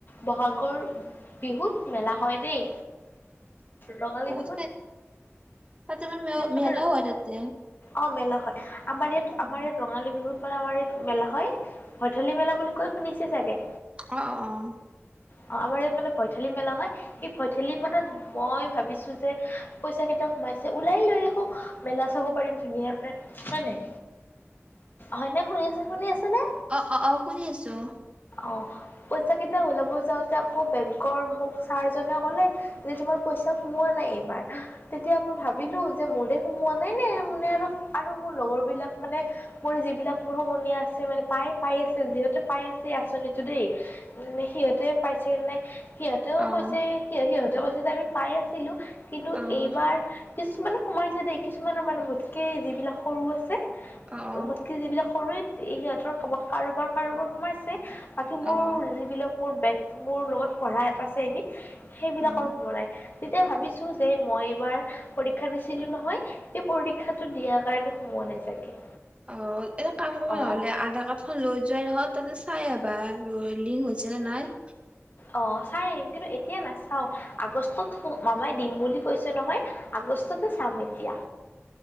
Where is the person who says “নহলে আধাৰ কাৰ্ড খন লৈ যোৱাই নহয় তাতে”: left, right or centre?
Right